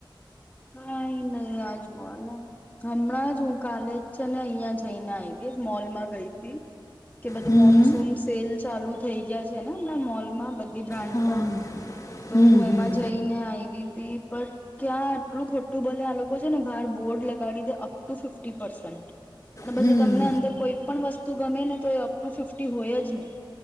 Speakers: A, on the left; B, on the left.
A: કાઈ નઇ. આ જવો હમણાં જ હું કાલેજ છે ને અહિયાં જઈને આવી મોલમાં ગઈતી. કે બધું
B: હમ
A: મોનસૂન સેલ ચાલુ થઈ ગયા છે ને હમણાં મોલમાં, બધી બ્રાન્ડ
B: હા
A: પર તો
B: હમ
A: હું એમાં
B: હમ
A: જઈને આયવી તી. પટ ક્યાં આટલું ખોટું બલે. આ લોકો છે ને બહાર બોર્ડ લગાડી દે અપ ટુ ફિફી પરસન્ટ. અને પછી
B: હમ
A: તમને અંદર કોઈ પણ વસ્તુ ગમે ને તો એ અપ ટુ ફિફ્ટી હોય જ નહી